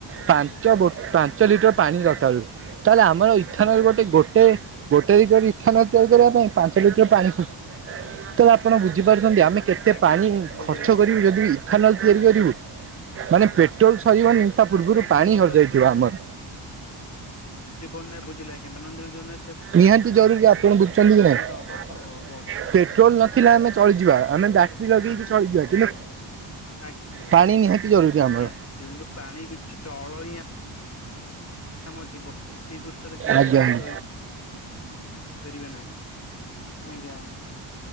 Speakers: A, on the right; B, on the left.
A: ପାଞ୍ଚ ବୋ ପାଞ୍ଚ ଲିଟର ପାଣି ଦରକାର ହୁଏ ତାହେଲେ ଆମର ଇଥାନଲ ରେ ଗୋଟେ ଗୋଟେ ଗୋ ଏ ଯୋଉ ଇଥାନଲ ତିଆରି କରିବା ପାଇଁ ପାଞ୍ଚ ଲିଟର ପାଣି ଖର୍ଚ୍ଚ ତାହାଲେ ଆପଣ ବୁଝିପାରୁ ଛନ୍ତି ଆମେ କେତେ
B: ଆଜ୍ଞା
A: ପାଣି
B: ବୁଝିଲେ
A: ଖର୍ଚ୍ଚ
B: ଆଜ୍ଞା
A: କରିବୁ ଯଦି ଇଥାନଲ ତିଆରି
B: ଆଜ୍ଞା
A: କରିବୁ ମାନେ ପେଟ୍ରୋଲ ସରିବନି ତା
B: ଖର୍ଚ୍ଚ
A: ପୂର୍ବରୁ
B: ତ
A: ପାଣି
B: ଆମର
A: ସରିଯାଇଥିବ
B: ତ
A: ଆମର।
B: ଜୀବନେ ବୁଝିଲେ ଆଜ୍ଞା <unintelligible>
A: ନିହାତି ଜରୁରୀ ଆପଣ ବୁଝୁଛନ୍ତି
B: ପାଣିର
A: କି ନାଇଁ
B: ଅଭାବ ବହୁତ
A: ପେଟ୍ରୋଲ ନଥିଲା ଆମେ ଚଳି ଯିବା ଆମେ ବ୍ୟାଟ୍ରି ଲଗେଇକି ଚଳିଯିବା କିନ୍ତୁ
B: ଆଜ୍ଞା
A: ପାଣି ନିହାତି ଜରୁରୀ ଆମର
B: କିନ୍ତୁ ତ ପାଣି ବିଦ୍ୟୁତ ଚଳନିଆ ଆମ ଜୀବ ପୃଥିବୀ ପୃଷ୍ଠରେ କେହି
A: ଆଜ୍ଞା
B: ବଞ୍ଚିତ
A: ଆଜ୍ଞା
B: ହେଇ ରହିପାରିବେ ନାହିଁ ଆଜ୍ଞା ଆଜ୍ଞା।